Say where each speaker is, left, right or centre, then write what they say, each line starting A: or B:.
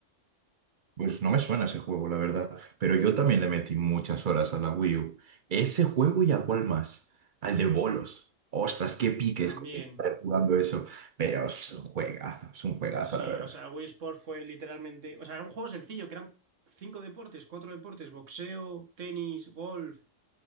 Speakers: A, on the right (about 55°); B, on the right (about 75°).
A: Pues no me suena ese juego, la verdad. Pero yo también le metí muchas horas a la Wii U. Ese juego y a cuál más. Al de bolos. Ostras, qué piques
B: También,
A: con mi padre jugando eso. Pero es un juegazo, es un juegazo,
B: sí,
A: la verdad.
B: o sea, Wii Sport fue literalmente. O sea, era un juego sencillo, que eran cinco deportes, cuatro deportes: boxeo, tenis, golf,